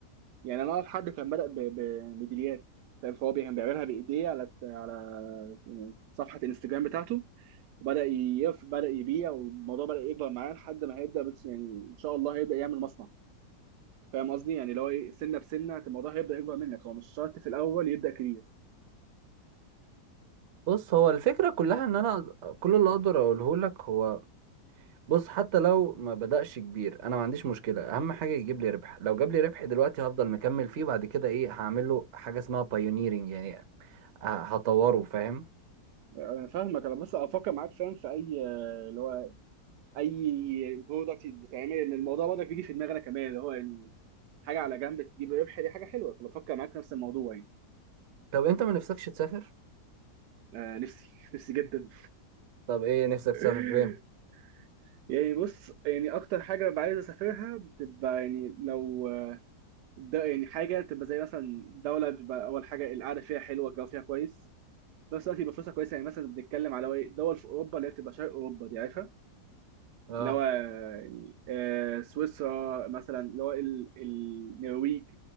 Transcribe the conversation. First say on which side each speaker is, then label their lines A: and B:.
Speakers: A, on the right (about 80°); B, on the right (about 55°).
A: يعني انا اعرف حد كان بدأ ب- بميداليات فاهم فهو بي- كان بيعملها بايديه على على يعني صفحه الانستجرام بتاعته وبدأ يف بدأ يبيع والموضوع بدأ يكبر معاه لحد ما هيبدأ بس يعني ان شاء الله هيبدأ يعمل مصنع فاهم قصدي يعني اللي هو ايه سنه بسنه الموضوع هيبدأ يكبر منك هو مش شرط في الاول يبدأ كبير
B: بص هو الفكره كلها ان انا أقد- كل اللي اقدر اقوله لك هو بص حتى لو ما بدأش كبير انا ما عنديش مشكلة اهم حاجة يجيب لي ربح لو جاب لي ربح دلوقتي هفضل مكمل فيه بعد كده ايه هعمل له حاجة اسمها بايونيرنج يعني ه- هطوره فاهم
A: انا فاهمك انا بس افكر معاك فاهم في اي اللي هو اي برودكت بتعمل ان الموضوع برضك بيجي في دماغنا كمان اللي هو يعني حاجه على جنب تجيب ربح دي حاجه حلوه فبفكر معاك في نفس الموضوع يعني
B: طب انت ما نفسكش تسافر
A: آه نفسي نفسي جدا
B: طب ايه نفسك
A: <laughs>
B: تسافر فين
A: يعني بص يعني اكتر حاجه ببقى عايز اسافرها بتبقى يعني لو ده يعني حاجه تبقى زي مثلا دوله بتبقى اول حاجه القعده فيها حلوه الجو فيها كويس في نفس الوقت يبقى فلوسها كويسه يعني مثلا بنتكلم على إيه؟ دول في اوروبا اللي هي بتبقى شرق اوروبا دي عارفها
B: اه
A: اللي هو يعني آه سويسرا مثلا اللي هو ال- النرويج